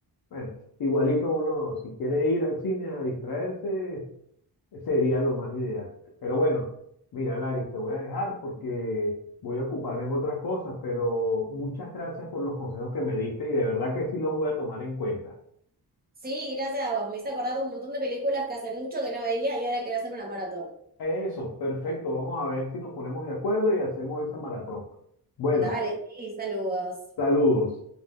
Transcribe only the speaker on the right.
Sí, gracias a vos. Me hice acordar de un montón de películas que hace mucho que no veía y ahora quiero hacer una maratón.
Dale, sí, saludos.